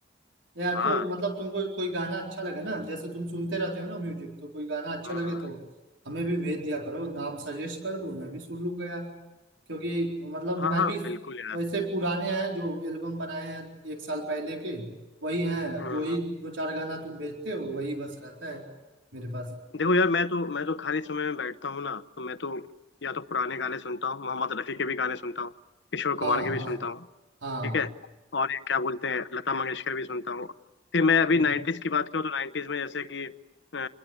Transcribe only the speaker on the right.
यार
तो मतलब तुमको कोई गाना अच्छा लगे ना जैसे तुम सुनते रहते हो ना म्यूजिक तो कोई गाना अच्छा
लगे तो हमें भी भेज दिया करो नाम सजेस्ट कर दो मैं भी सुन लूंगा यार क्योंकि मतलब
मैं
भी
वैसे पुराने हैं जो एल्बम बनाए हैं एक साल पहले के वही हैं
जो ही
दो चार गाना तुम भेजते हो वही बस रहता है मेरे पास
हाँ
हाँ
हाँ
हम्म,